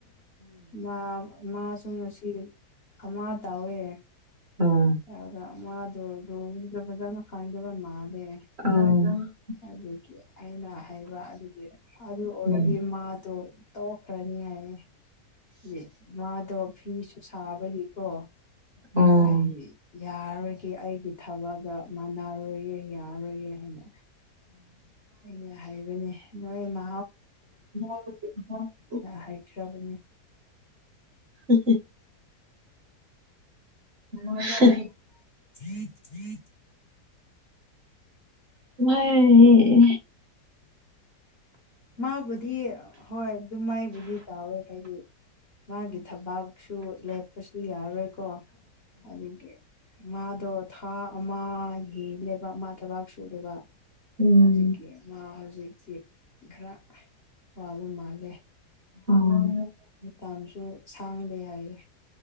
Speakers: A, on the left; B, on the right.
A: ꯃꯥ ꯃꯥꯁꯨ ꯉꯁꯤ ꯑꯃ ꯇꯧꯋꯦ
B: ꯎꯝ ꯑꯣ
A: ꯑꯗꯨꯒ ꯃꯥꯗꯨ ꯔꯨꯜꯗꯣ ꯐꯖꯅ ꯈꯪꯗꯕ ꯃꯥꯂꯦ
B: ꯑꯣ
A: ꯑꯗꯨꯗꯒꯤ ꯑꯩꯅ ꯍꯥꯏꯕ ꯑꯗꯨꯒꯤ ꯑꯗꯨ ꯑꯣꯏꯔꯗꯤ
B: ꯎꯝ
A: ꯃꯥꯗꯣ ꯇꯣꯈ꯭ꯔꯅꯤ ꯌꯥꯏꯌꯦ ꯗꯤ ꯃꯥꯗꯣ ꯐꯤꯁꯨ ꯁꯥꯕꯒꯤꯀꯣ
B: ꯑꯣ
A: ꯑꯩ ꯌꯥꯔꯣꯏꯒꯦ ꯑꯩꯒꯤ ꯊꯕꯛꯒ ꯃꯥꯟꯅꯔꯣꯏꯌꯦ ꯌꯥꯔꯣꯏꯌꯦ ꯍꯥꯏꯅ ꯑꯩꯅ ꯍꯥꯏꯕꯅꯦ ꯅꯣꯏ ꯏꯃ
B: <unintelligible>
A: ꯑ ꯍꯥꯏ ꯈ꯭ꯔꯕꯅꯤ
B: ꯍ ꯍ ꯍ
A: <inaudible>
B: ꯃꯣꯢ ꯒꯤ ꯏ
A: ꯃꯥꯕꯨꯗꯤ ꯍꯣꯏ ꯑꯗꯨ ꯃꯥꯏꯕꯨꯗꯤ ꯇꯥꯎꯋꯦ ꯍꯥꯏꯗꯤ ꯃꯥꯒꯤ ꯊꯕꯥꯛꯁꯨ ꯂꯦꯞꯄꯁꯨ ꯌꯥꯔꯣꯏꯀꯣ ꯑꯗꯨꯗꯒꯤ ꯃꯥꯗꯣ ꯊꯥ ꯑꯃꯒꯤꯅꯦꯕ ꯃꯥ ꯊꯕꯥꯛ ꯁꯨꯗꯕ
B: ꯎꯝ
A: ꯑꯗꯨꯒꯤ ꯃꯥ ꯍꯨꯖꯤꯛꯇꯤ ꯈꯔ ꯋꯥꯕ ꯃꯥꯜꯂꯦ
B: ꯎꯝ
A: ꯃꯇꯝꯁꯨ ꯁꯥꯡꯗꯦ ꯍꯥꯏꯌꯦ